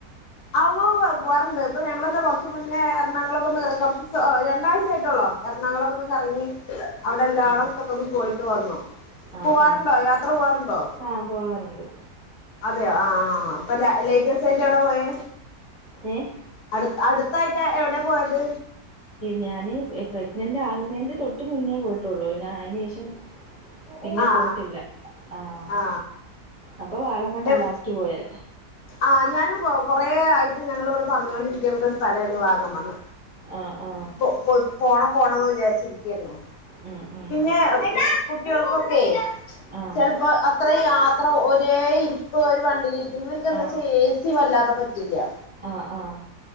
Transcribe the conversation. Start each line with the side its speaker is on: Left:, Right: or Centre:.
Left: അവ്വ്വ്വ് പോവാറുണ്ട് ഇപ്പൊ ഞങ്ങളൊക്കെ കൊറച്ച് മുന്നേ എറണാകുളക്കൊന്ന് കുറച്ച് രണ്ടാഴ്ച ആയിട്ടൊള്ളോ എറണാകുളൊക്കെ ഒന്ന് കറങ്ങി അവിടെ എല്ലാടൊക്കെ
Right: ആഹ്
Left: ഒന്ന് പോയിട്ട് വന്നു
Right: ആഹ്
Left: പോവാറുണ്ടോ
Right: ആഹ്
Left: യാത്ര പോവാറുണ്ടോ
Right: ആഹ് പോകാറുണ്ട്
Left: അതെയോ ആഹ് ആഹ് ഇപ്പൊ ല ലേറ്റസ്റ്റ് ആയിട്ട് എവിടെയാ പോയെ
Right: ഏഹ്
Left: അടുത്ത് അടുത്തായിട്ട് എവിടെ പോയത്
Right: ഞാന് പ്രഗ്നന്റ് ആകുന്നേന്റെ തൊട്ട് മുന്നേ പോയിട്ടുള്ളു ഞാ അയ്ന് ശേഷം പിന്നെ
Left: ആ
Right: പോയിട്ടില്ല ആഹ്
Left: ആ
Right: അപ്പൊ വാഗ മണ്ണാ
Left: ആ
Right: ലാസ്റ്റ് പോയെ
Left: ആഹ് ഞാനും കൊറേ ആയിട്ട് ഞങ്ങളിവിടെ പറഞ്ഞോണ്ടിരിക്കുന്ന ഒരു സ്ഥലമായിരുന്നു വാഗമണ്ണ്
Right: ആഹ് ആഹ്
Left: പൊ പൊ പോണം പോണംന്ന് വിചാരിച്ചിരിക്കായിരുന്നു
Right: ഉം ഉം
Left: പിന്നെ കുട്ടികൾക്കൊക്കെയ്
Right: ആഹ്
Left: ചെലപ്പം അത്ര യാത്ര ഒരേ ഇരിപ്പ് ഒരു വണ്ടിൽ ഇരിക്കുമ്പോ ഇവർക്ക് എന്താ
Right: ആഹ്
Left: ചെയ്യ ഇച്ച് വല്ലാതെ പറ്റില്ല
Right: ആഹ് ആഹ്